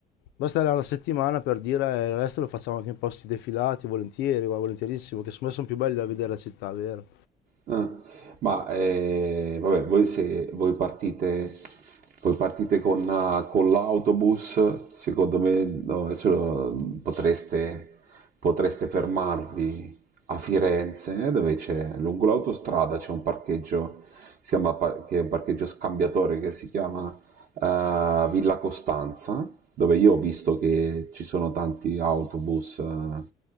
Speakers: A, on the left (about 85°); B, on the right (about 55°).
A: Basta là una settimana per dire eh, il resto lo facciamo anche in posti defilati, volentieri, guarda, volentierissimo, che secondo me sono più belli da vedere la città, vero?
B: Ah, ma eh, vabbè, voi, se voi partite, voi partite con, ah, con l'autobus, secondo me no, adesso eh, potreste, potreste fermarvi a Firenze, eh, dove c'è, lungo l'autostrada c'è un parcheggio, si chiama, pa- che è un parcheggio scambiatore che si chiama eh, Villa Costanza, dove io ho visto che ci sono tanti autobus. eh,